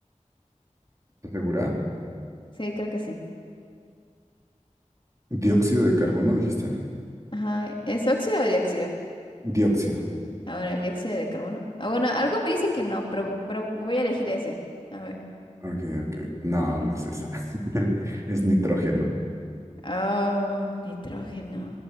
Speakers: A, on the right; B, on the left.
A: ¿Estás segura?
B: Sí, creo que sí.
A: ¿Dióxido de carbono dijiste?
B: Ajá, ¿es óxido o dióxido?
A: Dióxido.
B: Ahora, el dióxido de carbono. Ah, bueno, algo me dice que no, pero, pero voy a elegir ese. A ver.
A: Ok, ok. No, no es esa. <laughs> Es nitrógeno.
B: Oh, nitrógeno.